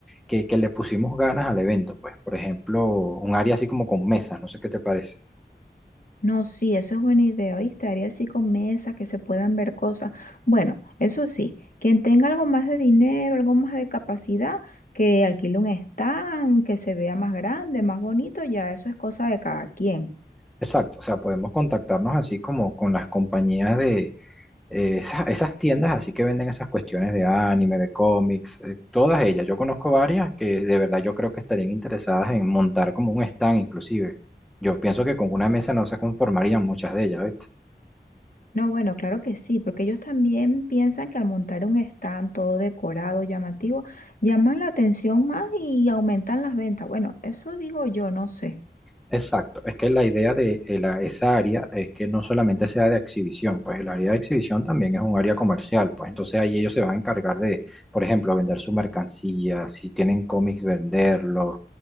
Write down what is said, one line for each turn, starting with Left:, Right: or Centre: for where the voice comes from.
Centre: que, que le pusimos ganas al evento, pues, por ejemplo, un área así como con mesas, no sé qué te parece.
Left: No, sí, eso es buena idea, ¿oíste? Haría así con mesas que se puedan ver cosas. Bueno, eso sí, quien tenga algo más de dinero, algo más de capacidad, que alquile un stand, que se vea más grande, más bonito, ya eso es cosa de cada quien.
Centre: Exacto, o sea, podemos contactarnos así como con las compañías de eh, esas, esas tiendas así que venden esas cuestiones de anime, de cómics, eh, todas ellas. Yo conozco varias que de verdad yo creo que estarían interesadas en montar como un stand inclusive. Yo pienso que con una mesa no se conformarían muchas de ellas, ¿viste?
Left: No, bueno, claro que sí, porque ellos también piensan que al montar un stand todo decorado, llamativo, llaman la atención más y aumentan las ventas. Bueno, eso digo yo, no sé.
Centre: Exacto, es que la idea de eh, la- esa área es que no solamente sea de exhibición, pues el área de exhibición también es un área comercial, pues entonces ahí ellos se van a encargar de, por ejemplo, vender su mercancía, si tienen cómics, venderlos,